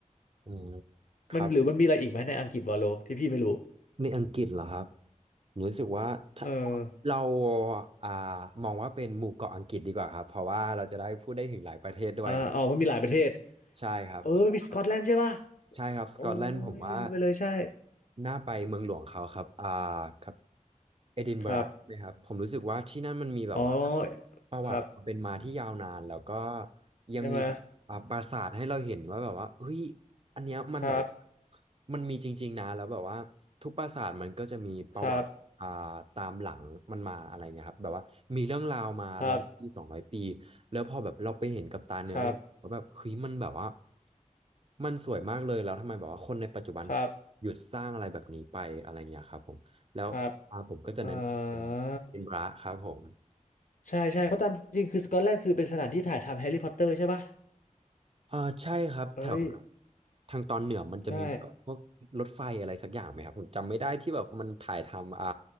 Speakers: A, on the right; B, on the left.
A: อืมครับ
B: มันหรือมันมีอะไรอีกไหมในอังกฤษวาโลที่พี่ไม่รู้
A: ในอังกฤษเหรอครับผมรู้สึกว่าถ้า
B: เออ
A: เราอ่ามองว่าเป็นหมู่เกาะอังกฤษดีกว่าครับเพราะว่าเราจะได้พูดได้ถึงหลายประเทศด้วยครับ
B: อ่าอ๋อมันมีหลายประเทศ
A: ใช่ครับเพราะว่า
B: เออมันมีสกอตแลนด์ใช่ปะ
A: ใช่ครับสกอตแลนด์ผมว่า
B: โอ้ยลืมไปเลยใช่
A: น่าไปเมืองหลวงเขาครับอ่าครับเอดินบะระนะครับผมรู้สึกว่าที่นั่นมันมีแบบว่า
B: ครับอ๋อ
A: ประวัติความเป็นมาที่ยาวนานแล้วก็
B: ครับ
A: ยังมีแบบอ่าปราสาทให้เราเห็นว่าแบบว่าเฮ้ย
B: ใช่ไหม
A: อันเนี้ยมันแบบว่า
B: ครับ
A: มันมีจริงๆนะแล้วแบบว่าทุกปราสาทมันก็จะมีประวัติ
B: ครับ
A: อ่าตามหลังมันมาอะไรเงี้ยครับแบบว่ามีเรื่องราวมาร้อยปีสองร้อยปี
B: ครับ
A: แล้วพอแบบเราไปเห็นกับตาเนื้อเราก็แบบเฮ้ยมันแบบว่า
B: ครับ
A: มันสวยมากเลยแล้วทำไมแบบว่าคนในปัจจุบัน
B: ครับ
A: หยุดสร้างอะไรแบบนี้ไปอะไรเงี้ยครับผมแล้วอ่าผมก็จะแนะนำเป็นเป็นระครับผม
B: ครับ อ่า ใช่ใช่เพราะตามจริงคือสกอตแลนด์คือเป็นสถานที่ถ่ายทำแฮร์รี่พอตเตอร์ใช่ปะ
A: อ่าใช่ครับแถว
B: เอ้ย
A: ทางตอนเหนือมันจะมีแบบพวกรถไฟอะไรสักอย่างไหมครับผมจำไม่ได้ที่แบบมันถ่ายทำอ่า
B: ใช่